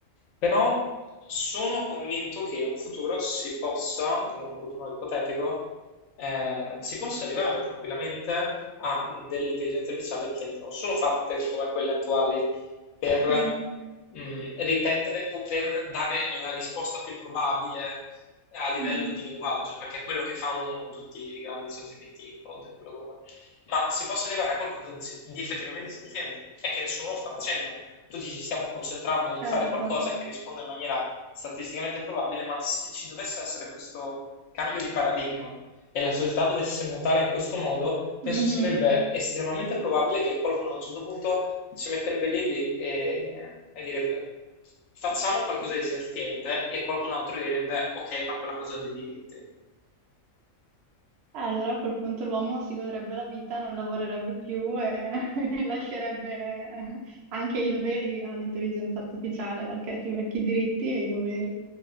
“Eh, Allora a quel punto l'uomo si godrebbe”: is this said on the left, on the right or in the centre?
Right